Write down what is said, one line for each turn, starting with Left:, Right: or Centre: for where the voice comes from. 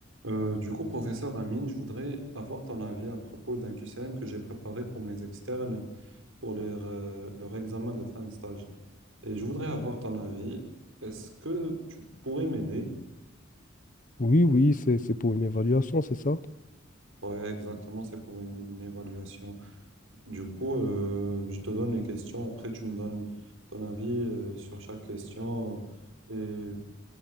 Right: Euh, du coup, professeur Amine, je voudrais avoir ton avis à propos d'un QCM que j'ai préparé pour mes externes pour leur, euh, leur examen de fin de stage. Et je voudrais avoir ton avis. Est-ce que tu pourrais m'aider?
Left: Oui, oui, c'est, c'est pour une évaluation, c'est ça?
Right: Ouais, exactement, c'est pour une, une évaluation. Du coup, euh, je te donne les questions. Après, tu me donnes ton avis, euh, sur chaque question euh, et